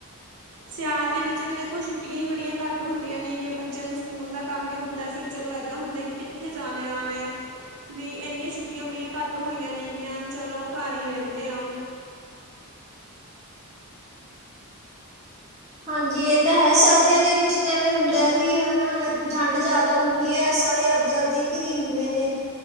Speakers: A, on the right (about 85°); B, on the right (about 30°).
A: ਸਿਆਲ ਦੇ ਵਿੱਚ ਤਾਂ ਦੇਖੋ ਛੁੱੀਆਂ ਹੀ ਬੜੀਆਂ ਘੱਟ ਹੁੰਦੀਆਂ ਨੇਗੀਆਂ ਬੱਚਿਆਂ ਨੂੰ ਸਕੂਲ ਦਾ ਕੰਮ ਵੀ ਹੁੰਦਾ ਫਿਰ। ਚਲੋ ਏਦਾਂ ਹੁੰਦਾ ਕਿ ਕਿੱਥੇ ਜਾਣੇ ਆਉਣਾ ਹੈ। ਵੀ ਇੰਨੀਆਂ ਛੁੱਟੀਆਂ ਬੜੀਆਂ ਘੱਟ ਹੋਈਆਂ ਨੇਗੀਆਂ ਚਲੋ ਘਰ ਹੀ ਰਹਿੰਦੇ ਆ।
B: ਹਾਂਜੀ ਇਹ ਤਾਂ ਹੈ ਸਰਦੀਆਂ ਦੇ ਵਿੱਚ ਤਾਂ ਐਵੇਂ ਹੁੰਦਾ ਵੀ ਹਨਾ ਠੰਡ ਜ਼ਿਆਦਾ ਹੁੰਦੀ ਹੈ ਸਾਰੇ ਆਪਦੇ ਘਰੀ ਹੁੰਦੇ ਨੇ